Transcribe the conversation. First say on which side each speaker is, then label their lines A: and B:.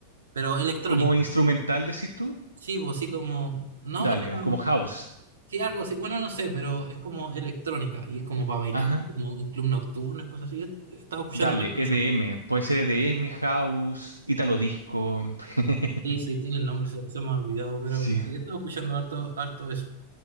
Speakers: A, on the right; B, on the right.
A: pero electrónica.
B: Como instrumental, decís tú,
A: Sí, pues así como, no,
B: dale,
A: o sea,
B: es como house.
A: Sí, algo así. Bueno, no sé, pero es como electrónica y es como para bailar,
B: Ajá.
A: como en club nocturno, es cosas así. Est- Estaba escuchando
B: Dale,
A: harto
B: EDM,
A: eso.
B: puede ser EDM, House, Italo Disco. <laughs>
A: Sí, sí, tiene el nombre, se, se me ha olvidado, pero
B: Sí,
A: sí, estaba escuchando harto, harto eso.